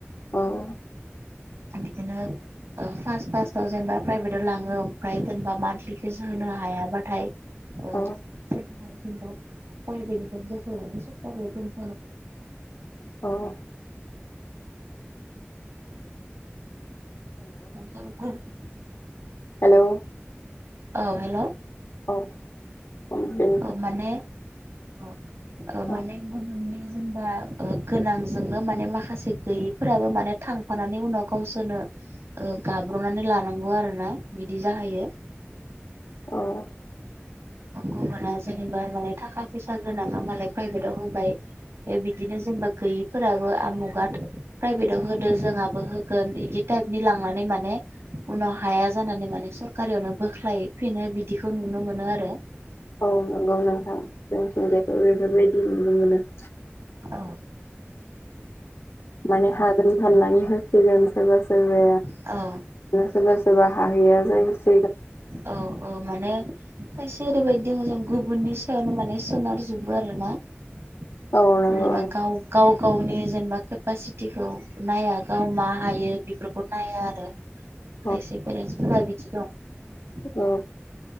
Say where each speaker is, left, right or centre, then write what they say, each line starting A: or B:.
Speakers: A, on the left (about 85°); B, on the right (about 75°).
A: औ
B: ओ बिदिनो ओ फास फासटाव जेनेबा प्राइभेटाव लाङो ओमफ्राय जेनेबा मान्थलि फिस होनो हाया बाथाय ओ
A: औ
B: जेनेबा <unintelligible> प्राइभेटनि बखना लाबोसिगोन <unintelligible>
A: अ'
B: <unintelligible>
A: हेलौ
B: औ हेल'
A: औ उम बेनि
B: औ माने औ ओ
A: औ
B: माने गुबुननि जोंबा ओ गोनांजोंनो माने माखासे गैयैफोराबो माने थांफानानै उनाव गावसोरनो ओ गाब्र'नानै लानांगौ आरो ना बिदि जाहैयो।
A: औ
B: गुबुना जेनेबा मालाय थाखा फैसा गोनाङा मालाय प्राइभेटाव होबाय। बिदिनो जेनेबा गैयिफोराबो आमुगा प्राइभेटाव होदो जोंहाबो गोन बिदि टाइपनि लांनानै माने उनाव हाया जानानै माने सरकारियावनो बोख्लाय फिनो बिदिखौ नुनो मोनो आरो।
A: औ नंगौ नोंथां जोंथिंजायबो बेफोरबायदि नुनो मोनो।
B: औ
A: माने हागोन साननानै होसिगोन सोरबा सोरबाया।
B: औ
A: सोरबा सोरबा हाहैया जायोसै।
B: औ औ माने खायसे ओरैबायदि दङ जों गुबुननि सायावनो माने सोनारजोबो आरो ना। जेनेबा
A: औ नंगौ
B: गाव‌ गाव गावनि जेनेबा केपासिटिखौ नाया गाव मा हायो बेफोरखौ नाया आरो।
A: <inaudible>
B: खायसे पेरेन्सफोरा बिदि दं।
A: औ